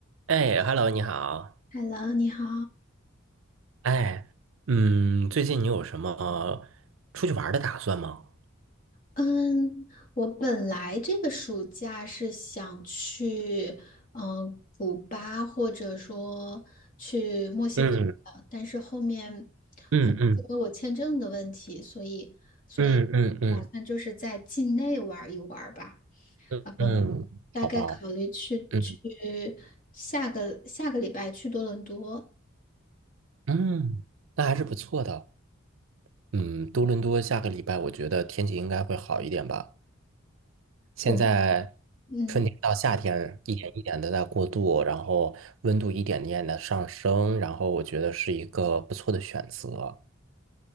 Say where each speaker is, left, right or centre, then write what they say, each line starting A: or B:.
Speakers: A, on the right (about 65°); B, on the left (about 40°).
A: 哎，Hello，你好。
B: Hello，你好。
A: 哎，嗯，最近你有什么出去玩儿的打算吗？
B: 嗯，我本来这个暑假是想去，嗯，古巴或者说去墨西哥的，
A: 嗯
B: 但是后面后因为我签证的问题，
A: 嗯嗯
B: 所以所以打算就是在境内玩一玩吧。
A: 嗯嗯嗯嗯，
B: 呃，
A: 嗯，
B: 大概考虑去去
A: 好吧，嗯
B: 下个下个礼拜去多伦多。
A: 嗯，那还是不错的。嗯，多伦多下个礼拜我觉得天气应该会好一点吧。现在
B: 我们嗯，
A: 春天到夏天一点一点的在过渡，然后温度一点点的上升，然后我觉得是一个不错的选择。